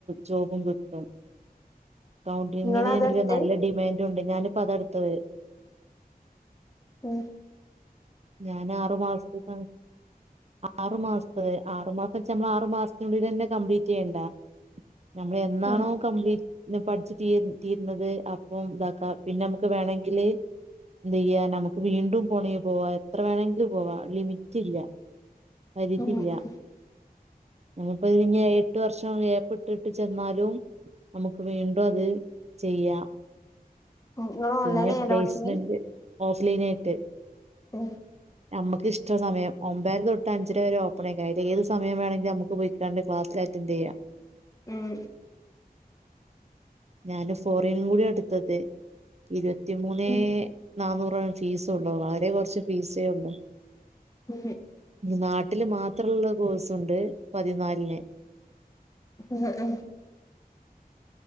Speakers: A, on the right (about 45°); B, on the left (about 20°).
A: ജോബും കിട്ടും കൗണ്ടിങ്ങിന്
B: ഇങ്ങളതാട്ത്തെ
A: എനിക്ക് നല്ല ഡിമാൻഡ് ഉണ്ട് ഞാനിപ്പ അതെടുത്തത്
B: ഉഓ
A: ഞാൻ ആറു മാസത്തേക്കാണ് ആറു മാസത്തെ ആറു മാസം വെച്ച നമ്മൾ ആറ് മാസത്തിനന്നെ കംപ്ലീറ്റ് ചെയ്യണ്ടേ നമ്മള് എന്നാണോ
B: ഉം
A: കംപ്ലീറ്റ് പഠിച്ചു തീർ തീരുന്നത് അപ്പം ഇതാക്കാം പിന്നെ നമുക്ക് വേണമെങ്കിൽ എന്റായ്യാ നമുക്ക് വീണ്ടും പോണി പോവാ എത്ര വേണമെങ്കിലും പോവാ ലിമിറ്റ് ഇല്ല പരുതില്ല
B: ഉം ഉം
A: ഇനിപ്പോ ഇത് ഇനി ഏഴ് എട്ട് വർഷം ഏപ്പ ഇട്ടിട്ട് ചെന്നാലും നമുക്ക് വീണ്ടും അത് ചെയ്യാം
B: ഉം ഇങ്ങള്
A: പിന്നെ
B: ഓൺലൈനായാണ്ടാ
A: പ്ലേസ്മെന്റ്
B: പഠിച്ച്ണേ
A: ഓഫ്‌ ലൈൻ ആയിട്ട്
B: ഓ
A: നമുക്ക് ഇഷ്ടമം സമയം ഒമ്പേരാ തൊട്ട് അഞ്ചരെ വേറെ ഓപ്പൺ ആയിരിക്കും അയിൽ ഏത് സമയം വേണെങ്ക നമുക്ക് ക്ലാസിൽ അറ്റാന്റ് ചെയ്യാം
B: ഉം
A: ഞാന് ഫോറിൻ കൂടി അടുത്തത് ഇരുപത്തിമൂന്നേ
B: ഉം
A: നന്നൂർ ഫീസുള്ളൂ വളരെേ കുറച്ച് ഫീസേ ഉള്ളു
B: ഉ
A: നാട്ടില് മാത്രമുള്ള കോഴ്സുണ്ട് പതിനാലിന്
B: ഉ ഉ